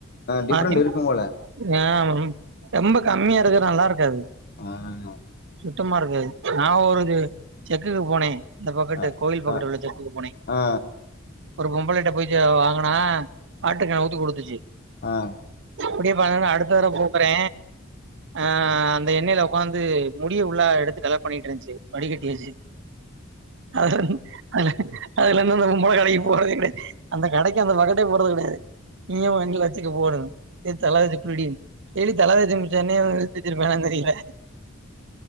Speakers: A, on the left (about 50°); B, on the right (about 60°).
A: டிஃப்ரெண்ட்
B: பாத்தெ
A: இருக்கும் போல
B: ஆ ரொம்ப கம்மியா இருக்க நல்லாருக்காது
A: ஆ அ
B: டமா இருக்காது நா ஒரு செக்குக்கு போனே இந்த பக்கட்டு
A: ஆ,
B: கோயில் பக்கட்டு
A: ஆ,
B: உள்ள செக்குக்கு போனெ
A: ஆ,
B: ஒரு பொம்பளைட்ட போயி ச வாங்குனா வாட்டக்கேன்ல ஊத்தி குடுத்துச்சு
A: ஆ,
B: இப்புடியே <unintelligible> அடுத்த தட போக்குறே ஆ அ ந்த எண்ணெய்ல உக்காந்து முடிய உள்ளா எடுத்து கலெக்ட் பண்ணிட்ருந்துச்சு வடிகட்டி வச்சு அதுலந் அதுல அதுலந்து அந்த பொம்பள‌ கடக்கி போறதேல்ல அந்த கடக்கி அந்த பக்கட்டே போ றது கடயாது நீயே வாங்கி வச்சுக்க போனு <unintelligible> டெய்லி தல தேச்ச மிச்ச எண்ணய வித்துருப்பாலான் தெரியில